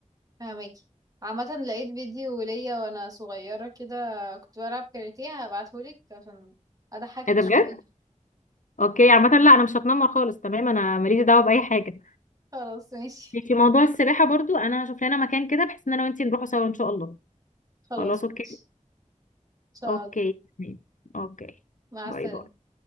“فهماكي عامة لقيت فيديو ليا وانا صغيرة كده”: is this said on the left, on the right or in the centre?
Right